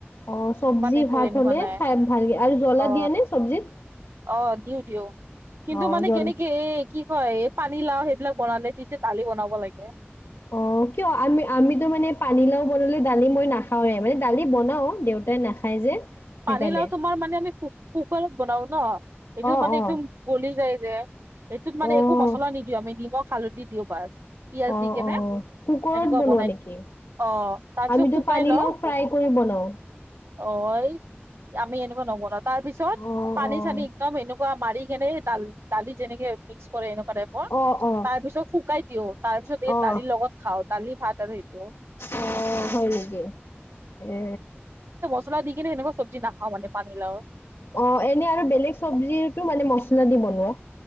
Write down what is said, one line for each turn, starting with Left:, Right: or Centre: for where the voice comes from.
Left: অ, চব্জি
Right: ইমান একো
Left: ভাত
Right: এনেকুৱা
Left: হলে
Right: নাই
Left: খাই ভালকে আৰু জ্বলা
Right: অ
Left: দিয়া নে চব্জিত।
Right: অ, দিও-দিও কিন্তু
Left: অ',
Right: মানে
Left: জল
Right: কেনেকে এ কি কয়, এই পানী লাও সেইবিলাক বন নে তেতিয়া দালি বনাব লাগে।
Left: অ, কিয় আমি আমিতো মানে পানীলাও বনালে দালি মই নাখাওৱে মানে দালি বনাও দেউতা। তাই নাখায় যে। সেইকাৰণে
Right: পানীলাও তোমাৰ মানে আমি কুকাৰত বনাও ন এইটো
Left: অ',
Right: মানে
Left: অ',
Right: একদম গলি যায় যে সেইটোত মানে
Left: অ'।
Right: একো মছলা নিদিও আমি নিমখ, হালধি দিও বাছ। পিয়াজ
Left: অ',
Right: দি কেনে
Left: অ', কুকাৰত
Right: এনেকুৱা
Left: বনোৱা
Right: বনাই
Left: নেকি?
Right: কি অ, তাৰপিছত
Left: আমিতো
Right: শুকাই
Left: পানীলাও
Right: লও
Left: ফ্ৰাই
Right: বস্তু
Left: কৰি বনাও।
Right: অ, আমি এনেকুৱা নবনা তাৰ পিছত
Left: অ',
Right: পানী
Left: অ',
Right: চানী একদম এনেকুৱা মাৰি কেনে ডাল দালি যেনেকে মিক্স কৰে এনেকুৱা টাইপৰ
Left: অ', অ',
Right: তাৰ পিছত শুকাই দিও তাৰ পিছত
Left: অ',
Right: এই
Left: অ',
Right: দালিৰ লগত খাও দালি ভাত আৰু সেইটোও।
Left: অ, হয়, নেকি এ
Right: মচলা দি কিনে চবজিনাখাও মান পানীলাও।
Left: অ, এনে আৰু বেলেগ চব্জিো মানে মছলা দি বনোৱা।